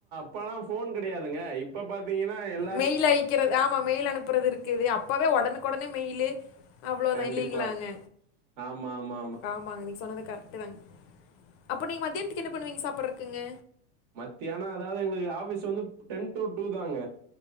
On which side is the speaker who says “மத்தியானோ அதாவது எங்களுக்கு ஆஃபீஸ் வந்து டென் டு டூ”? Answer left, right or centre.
Right